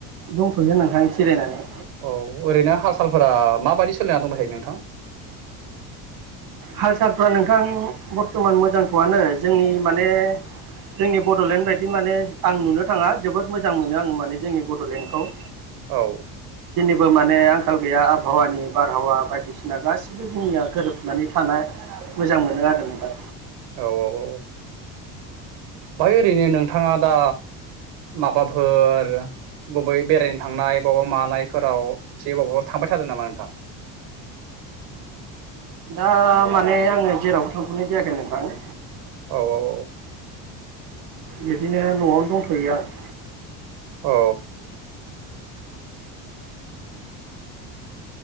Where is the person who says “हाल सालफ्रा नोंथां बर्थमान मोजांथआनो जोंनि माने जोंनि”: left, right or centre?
Right